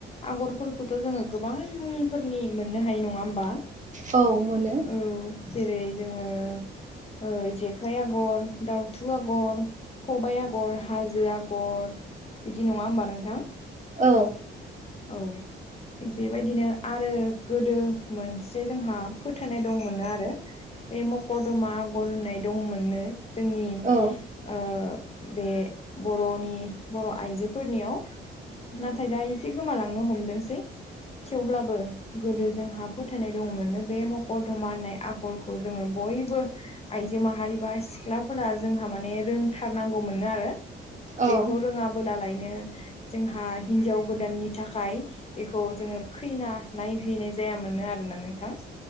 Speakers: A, on the left; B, on the right.
A: आगरफोरखौथ जोङो गोबां फोरनि मोननो हायो नङा होमबा।
B: औ मोनो
A: औ जेरै जोङो ओ जेखाइ आगर दाउथु आगर खबाइ आगर हाजो आगर बिदि नङा होमबा नोंथां।
B: औ।
A: औ थिग बेबायदिनो आरो गोदो मोनसे जोंहा फोथायनाय दङ। मोनो आरो बे मकरधमा आगर होननाय दंमोननो जोंनि
B: औ
A: ओ बे बरनि बर आइजोफोरनियाव नाथाय दानि गोमालांनो हमदोंसै। थेवब्लाबो गोदो जोंहा फोथायनाय दंमोननो बे मकरधमा होननाय आगरखौ जोङो‌। बयबो आइजो माहारि बा सिख्लाफोरा जोंहा माने रोंथारनांगौ मोननो आरो बेखौ
B: औ
A: रोङाबोला लायनो नो जोंहा हिनजाव गोदाननि थाखाय बेखौ जोङो खैना नायहैनाय जायामोननो आरोना नोंथां।